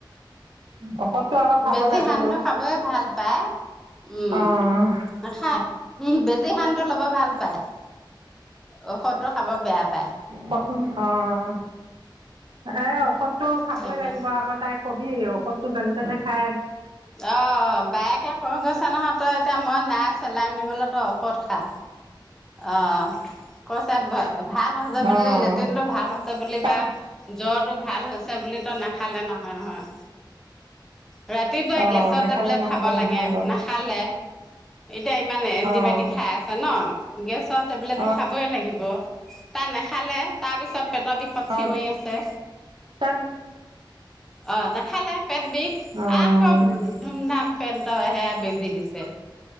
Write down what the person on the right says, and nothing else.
ঔষধটো আকৌ খাব
লাগিবই
অঁ
কচোন অ', এ ঔষধটো খাবই
লাগিব আকৌ তাইক কবি। ঔষধটো যেন তেনে খাই
অঁ
তাত
অঁ
নেখালে
নহ'ব
নহয়
আকৌ
অঁ
অঁ
অঁ
তাত
অঁ